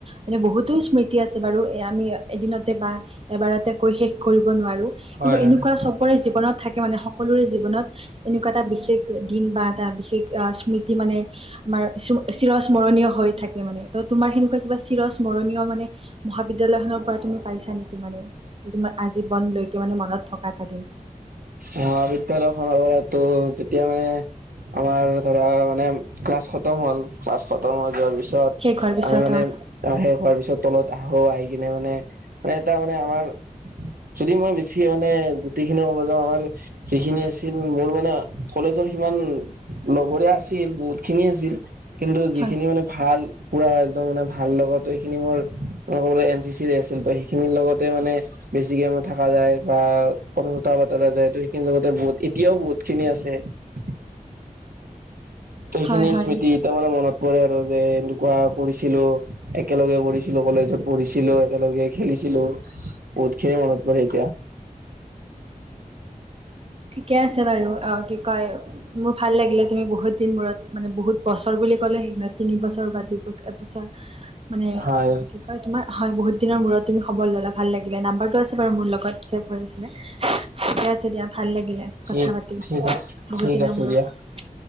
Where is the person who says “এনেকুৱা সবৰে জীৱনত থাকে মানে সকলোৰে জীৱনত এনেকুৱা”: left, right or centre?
Right